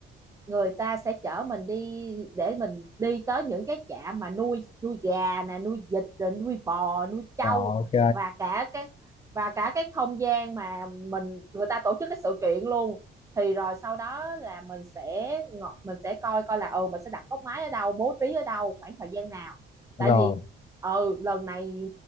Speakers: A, on the right (about 15°); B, on the left (about 30°).
A: người ta sẽ chở mình đi để mình đi tới những cái trại mà nuôi nuôi gà nè nuôi vịt rồi nuôi bò nuôi trâu
B: rồi ok
A: và cả cái và cả cái không gian mà mình người ta tổ chức cái sự kiện luôn thì rồi sau đó là mình sẽ ngọ- mình sẽ coi coi là ừ mình sẽ đặt góc máy ở đâu bố trí ở đâu khoảng thời gian nào
B: rồi
A: tại vì ừ lần này